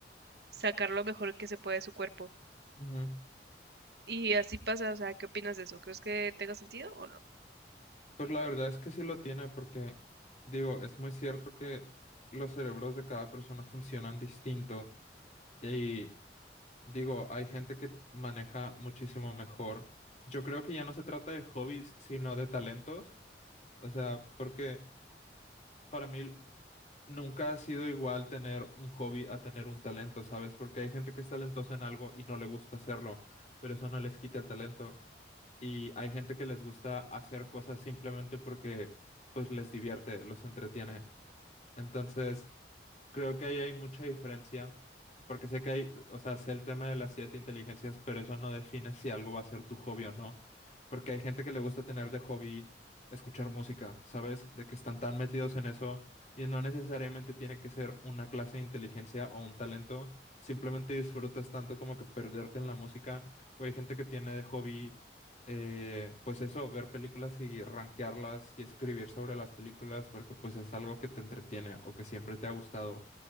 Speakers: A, on the right; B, on the left.
A: sacar lo mejor que se puede de su cuerpo.
B: Ujú.
A: Y así pasa, o sea, ¿qué opinas de eso? ¿Crees que tenga sentido o no?
B: Pues la verdad es que sí lo tiene porque, digo, es muy cierto que los cerebros de cada persona funcionan distinto y Digo, hay gente que maneja muchísimo mejor. Yo creo que ya no se trata de hobbies, sino de talentos. O sea, porque para mí nunca ha sido igual tener un hobby a tener un talento, ¿sabes? Porque hay gente que es talentosa en algo y no le gusta hacerlo, pero eso no les quita el talento. Y hay gente que les gusta hacer cosas simplemente porque pues les divierte, los entretiene. Entonces, Creo que ahí hay mucha diferencia, porque sé que hay, o sea, sé el tema de las siete inteligencias, pero eso no define si algo va a ser tu hobby o no, porque hay gente que le gusta tener de hobby escuchar música, ¿sabes? De que están tan metidos en eso y no necesariamente tiene que ser una clase de inteligencia o un talento, simplemente disfrutas tanto como que perderte en la música, o hay gente que tiene de hobby, eh, pues eso, ver películas y rankearlas y escribir sobre las películas, porque pues es algo que te entretiene o que siempre te ha gustado.